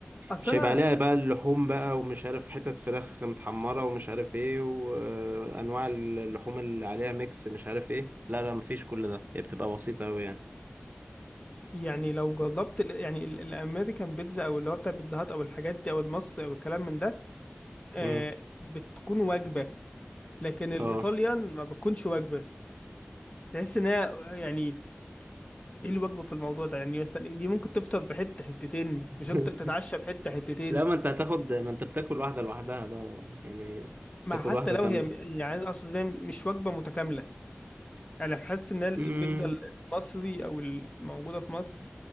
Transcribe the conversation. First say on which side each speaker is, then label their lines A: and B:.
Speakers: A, on the left; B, on the right.
A: اصل
B: مش
A: انا
B: هيبقى عليها بقى اللحوم بقى ومش عارف حتت فراخ متحمرة ومش عارف ايه وانواع اللحوم اللي عليها ميكس مش عارف ايه لا لا مفيش كل ده هي بتبقى بسيطة اوي يعني
A: يعني لو جربت ال- يعني ال- الامريكان بيتزا او اللي هو بتاع بيتزا هات او الحاجات دي او المصري او الكلام من ده آه
B: امم
A: بتكون وجبه لكن الايطاليان
B: اه
A: ما بتكونش وجبه تحس ان هي يعني ايه الوجبه في الموضوع ده يعني مثلا دي ممكن تفطر بحته حتتين
B: <laughs>
A: مش اكتر تتعشى بحته حتتين
B: لا ما انت هتاخد ما انت بتاكل واحدة لوحدها بقى يعني
A: مع
B: تاكل
A: حتى
B: واحدة
A: لو
B: كاملة
A: هي يعني أنا اقصد إن هي مش وجبه متكامله يعني حاسس ان ال-
B: امم
A: البيتزا المصري او الموجوده في مصر